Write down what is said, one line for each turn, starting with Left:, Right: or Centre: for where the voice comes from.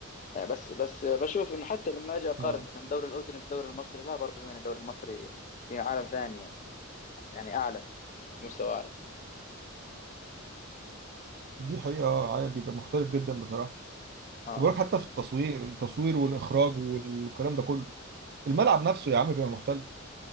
Left: آه، بس بس بشوف انه حتى لما اجي اقارن
Right: اه
Left: مثلا الدوري الاردني بالدوري المصري لا برضه يعني الدوري المصري في عالم ثاني يعني يعني اعلى مستوى اعلى
Right: دي حقيقة آه، عادي بيبقى مختلف جدا بصراحة
Left: اه
Right: وبقولك حتى في التصوير التصوير والإخراج والكلام ده كله الملعب نفسه يا عم بيبقى مختلف